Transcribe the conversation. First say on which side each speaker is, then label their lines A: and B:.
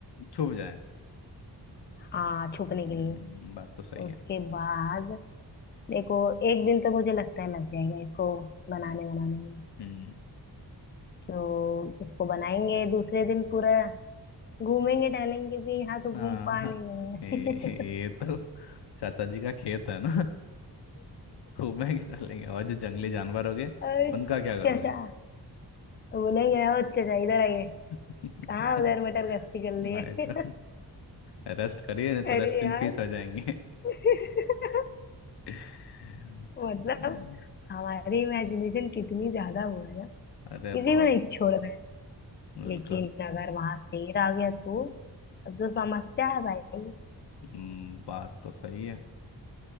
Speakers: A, on the left; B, on the left.
A: छुप जाए
B: हाँ छुपने
A: हम्म,
B: के लिए
A: बात तो सही
B: उसके
A: है
B: बाद देखो एक दिन तो मुझे लगता है लग जाएगा इसको बनाने बनाने में
A: हम्म
B: तो इसको बनाएंगे दूसरे दिन पूरा घूमेंगे टहलेंगे भी यहाँ तो घूम
A: आ,
B: पा नहीं रहे
A: ये,
B: हैं
A: ये तो चाचा जी का खेत है ना खूब में गिरा लेंगे और जो जंगली जानवर हो गए
B: <laughs> और
A: उनका क्या करोगे
B: चचा भूलेंगे और चचा इधर आइए
A: <laughs>
B: कहाँ उधर मटर गश्ती कर लिए
A: हाँ, ये तो
B: <laughs>
A: रेस्ट करिए नहीं
B: अरे
A: तो रेस्ट इन
B: यार
A: पीस हो जाएंगे
B: <laughs>
A: हम्म,
B: मतलब हमारी इमेजिनेशन कितनी ज्यादा वो है ना
A: अरे
B: किसी
A: बहुत
B: को नहीं छोड़ रहे
A: बिल्कुल
B: लेकिन अगर वहां शेर आ गया तो अब तो समस्या है भाई
A: हम्म, बात तो सही है